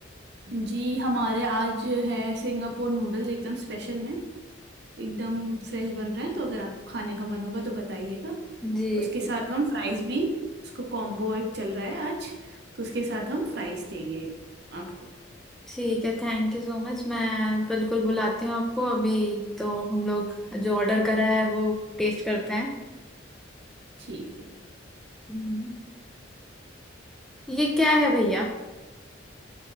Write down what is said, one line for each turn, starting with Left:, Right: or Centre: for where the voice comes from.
Right: जी हमारे आज है सिंगापुर नूडल्स एकदम स्पेशल में एकदम फ्रेश बन रहे हैं तो अगर आपको खाने का मन होगा तो बताइएगा
Centre: जी
Right: उसके साथ
Centre: जी
Right: हम फ्राइज भी उसको कॉम्बो एक चल रहा है आज तो उसके साथ हम फ्राइज देंगे आपको
Centre: ठीक है थैंक यू सो मच मैं बिल्कुल बुलाती हूँ आपको अभी तो हम लोग जो ऑर्डर करा है वो टेस्ट करते हैं
Right: ठीक है
Centre: हम्म, ये क्या है भैया